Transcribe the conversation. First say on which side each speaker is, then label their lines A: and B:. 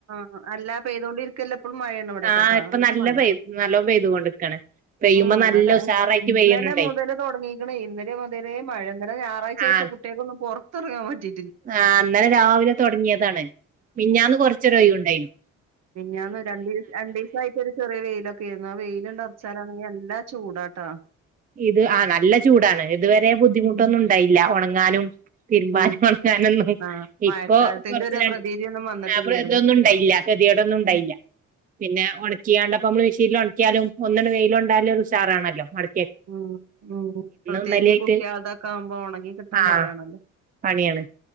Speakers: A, on the right; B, on the right.
A: ആഹ്‌ അല്ലാ പെയ്തൊണ്ടിരിക്കല്ല ഇപ്പളും മഴെണ് ഇവിടെക്കെട്ടാ
B: ആഹ് ഇപ്പൊ
A: നല്ല മഴേണ്
B: പെയ് നല്ലോ പെയ്തുകൊണ്ട്ക്കാണ് പെയ്യുമ്പോ
A: ഉം ഇന്നലെ
B: നല്ല ഉഷാറായിട്ട്
A: ഇന്നലെ
B: പെയ്യുന്നുണ്ടേ
A: മുതല് തൊടങ്ങിക്ക്ണ് ഇന്നലെ മോ തലേ മഴ ഇന്നലെ ഞാറാഴ്ചആയിട്ട്
B: ആഹ്
A: കുട്ടികക്കൊന്നും പൊറത്തെറങ്ങാൻ പറ്റി
B: ആഹ് ഇന്നലെ രാവിലെ തൊട്ങ്ങിയതാണ് മിഞ്ഞാന്ന് കൊറച്ചരൊഴിവ് ഇണ്ടായിനു
A: മിഞ്ഞാന്ന് രണ്ടി രണ്ടീസായിട്ട് ഒരു ചെറിയ വെയിലൊക്കെര്ന്നു ആഹ് വെയില്ണ്ട് അർച്ചാലാലാണ് ഇഞ് എല്ലാ ചൂടാട്ടാ
B: ഇത് ആഹ് നല്ല ചൂടാണ് ഇതുവരെ ബുദ്ധിമുട്ടൊന്നും
A: ഉം
B: ഇണ്ടായില്ല ഒണങ്ങാനും തിരുമ്പാനും
A: ഉം
B: ഒണക്കാനൊന്നും
A: ആഹ് മഴക്കാലത്തിന്റെ
B: ഇപ്പോ കൊറച്ച്
A: ഒരു
B: രണ്ട്
A: പ്രതീതിയൊന്നും വന്നിട്ടില്ലായിരുന്നു.
B: അപ്പള് ഇതൊന്നും ഉണ്ടായില്ല ഗതീകെടെന്നും ഇണ്ടായില്ല
A: ഉം
B: പിന്നെ ഒണക്കിയാണ്ട് അപ്പ മ്മള് മെഷീൻല് ഒണ ക്കിയാലും ഒന്നണ് വെയിലൊണ്ടാ ഒരു ഉഷാറാണല്ലോ മട്
A: ഉം ഉം പ്രത്യേകിച്ച്
B: ഇന്നലെയായിട്ട്
A: കുട്ടിയൾതൊക്കെ ആവുമ്പോ ഒണങ്ങി കിട്ടാൻ
B: ആ
A: പരാണല്ലോ
B: പണിയാണ്